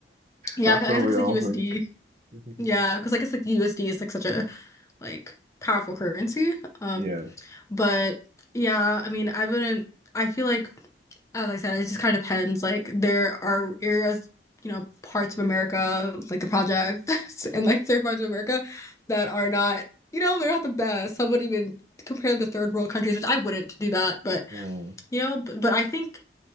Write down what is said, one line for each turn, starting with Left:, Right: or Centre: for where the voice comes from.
Left: Yeah.
Right: That's
Left: I
Right: what
Left: guess like
Right: we
Left: it's
Right: all
Left: like USD.
Right: think. <laughs>
Left: Yeah. Because I guess like the USD is like such a, like powerful currency. Um,
Right: Yeah.
Left: but yeah, I mean, I wouldn't, I feel like, as I said, it just kind of depends. Like, there are areas, you know, parts of America, like the projects <laughs> and like certain parts of America that are not, you know, they're not the best. Some would even compare them to third world countries, which I wouldn't do that. But,
Right: Oh,
Left: you know, but, but I think.